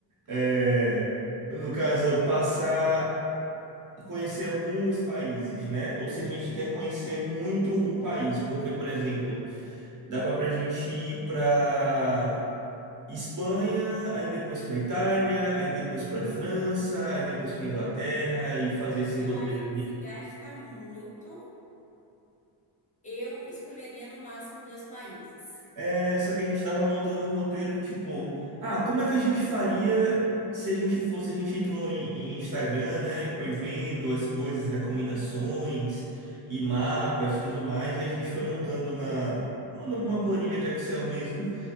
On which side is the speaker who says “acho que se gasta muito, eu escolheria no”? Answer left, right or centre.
Left